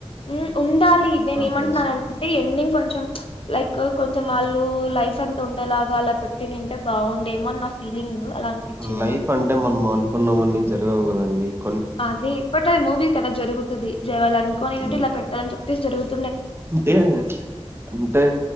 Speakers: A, on the left; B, on the right.
A: ఉ ఉండాలి ఇదే
B: ఆ
A: ఏమంటున్నానంటే
B: ఫేస్
A: ఎండింగ్ కో కొంచం లైక్ కొంచెం వాళ్ళు లైఫ్ అంత ఉండేలాగా అలా పెట్టి తంటే బాగుండేమో అని నా ఫీలింగ్ అలా అనిపించింది
B: లైఫ్
A: నాకు
B: అంటే మనం అనుకున్నవన్నీ జరగవు కదండి ండి
A: అదే బట్ అది మూవీ కదా జరుగుతుంది జయాలి అనుకోని నుండి
B: ఉమ్.
A: ఇలా పెట్టాలని చెప్పేసి జరుగుత
B: అంటే అంటే